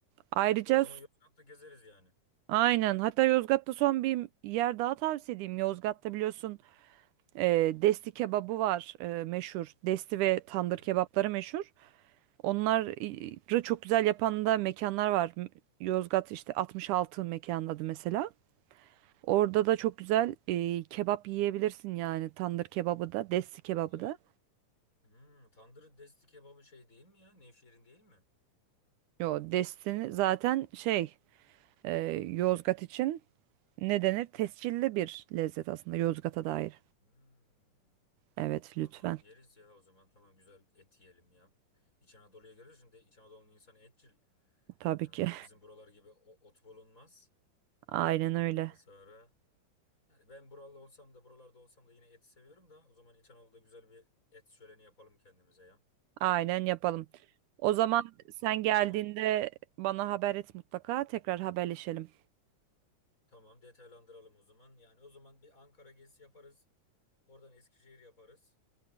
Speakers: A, on the right; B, on the left.
A: Ayrıca
B: E o zaman Yozgat'ta gezeriz yani.
A: Aynen. Hatta Yozgat'ta son bir yer daha tavsiye edeyim. Yozgat'ta biliyorsun e, Desti kebabı var e, meşhur. Desti ve tandır
B: Hmm.
A: kebapları meşhur. Onları çok güzel yapan da mekanlar var. M- Yozgat işte 66 mekanın adı mesela. Orada da çok güzel e, kebap yiyebilirsin yani. Tandır kebabı da, Desti kebabı
B: Ya
A: da.
B: hmm, tandır desti kebabı şey değil mi ya? Nevşehir'in değil mi?
A: Yo, Desti'ni zaten şey e, Yozgat için ne denir? Tescilli bir lezzet aslında Yozgat'a dair.
B: Hmm.
A: Evet
B: Tamam
A: lütfen.
B: yeriz ya o zaman tamam güzel et yiyelim ya. İç Anadolu'ya geliyorsun de İç Anadolu'nun insanı etçil.
A: Tabii
B: Yani
A: ki.
B: orada bizim buralar gibi o- ot bulunmaz.
A: Aynen
B: Ondan
A: öyle.
B: sonra yani ben buralı olsam da buralarda olsam da yine eti seviyorum da o zaman İç Anadolu'da güzel bir et şöleni yapalım kendimize ya.
A: Aynen yapalım. O zaman sen geldiğinde
B: Tamam.
A: bana haber et mutlaka. Tekrar haberleşelim.
B: Tamam detaylandıralım o zaman. Yani o zaman bir Ankara gezisi yaparız. Oradan Eskişehir yaparız.